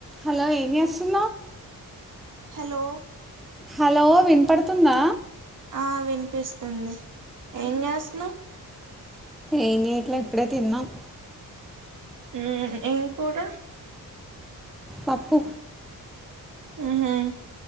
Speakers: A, in the centre; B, on the right (about 60°).
A: హలో ఏం చేస్తానా
B: హలో
A: హలో వినపడుతుందా
B: ఆ విను అపిస్తుంది ఏం చేస్తాన్నావ్
A: ఎం చేయట్లే ఇప్పుడే తిన్నాం
B: ఉమ్ ఏం కూర
A: పప్పు
B: ఉహుమ్